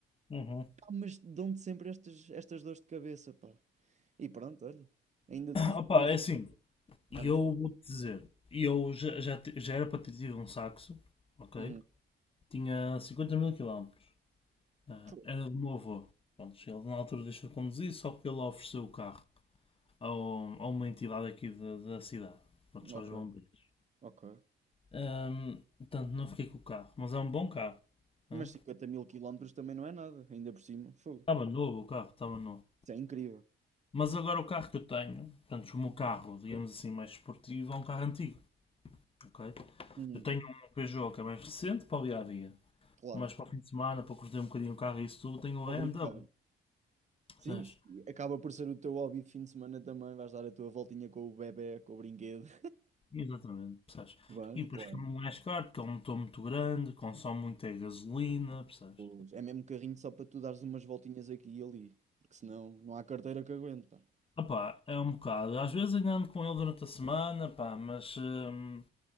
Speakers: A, on the left; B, on the right.
A: Uhum.
B: mas dão-te sempre estas, estas dores de cabeça, pá. E pronto, olha, ainda
A: <coughs> <clears throat>
B: tive
A: Opa,
B: força.
A: é assim, eu
B: Já não foi.
A: vou-te dizer, eu já, já, te- já era para ter tido um saxo, ok?
B: Uhum.
A: Tinha cinquenta mil quilómetros, Ah,
B: Fogo.
A: era do meu avô. Pronto, ele na altura deixou de conduzir, só que ele ofereceu o carro ao- a uma entidade aqui da, da cidade, pronto,
B: Ok,
A: aos bombeiros.
B: ok.
A: Ahm, portanto, não fiquei com o carro, mas é um bom carro. né?
B: Mas 50 mil quilómetros também não é nada, ainda por cima. Fogo.
A: Estava novo o carro, estava novo.
B: Isso é incrível.
A: Mas agora o carro que eu tenho, portanto, o meu carro, digamos assim, mais esportivo, é um carro antigo, ok?
B: Uhum.
A: Eu tenho um Peugeot que é mais recente para o dia a dia,
B: Claro,
A: mas para o fim de semana, para curtir um bocadinho o carro e isso tudo, tenho um
B: para
A: BMW,
B: brincar. Sim,
A: percebes?
B: isto acaba por ser o teu hobby de fim de semana também. Vais dar a tua voltinha com o bebé, com o brinquedo. <laughs>
A: Exatamente, percebes?
B: Vai,
A: E depois
B: claro.
A: que não é mais caro, porque é um motor muito grande, consome muita gasolina, percebes?
B: Pois, é mesmo carrinho só para tu dares umas voltinhas aqui e ali, porque senão não há carteira que aguente, pá.
A: Opá, é um bocado. Às vezes ainda ando com ele durante a semana, pá, mas hum,